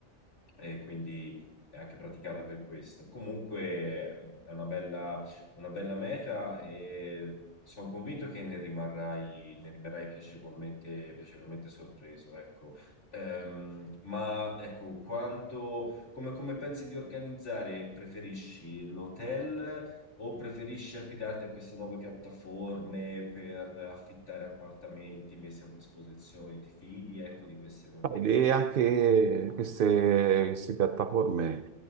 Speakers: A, on the left; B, on the right.
A: e quindi è anche praticata per questo. Comunque mh, è una bella, una bella meta e sono convinto che ne rimarrai, ne rimarrai piacevolmente, piacevolmente sorpreso, ecco. Ehm, ma ecco, quanto, come, come pensi di organizzare? Preferisci l'hotel o preferisci affidarti a queste nuove piattaforme per affittare appartamenti messi a disposizione? Ti fidi, ecco, di queste nuove
B: L'idea che
A: piattaforme?
B: queste, queste piattaforme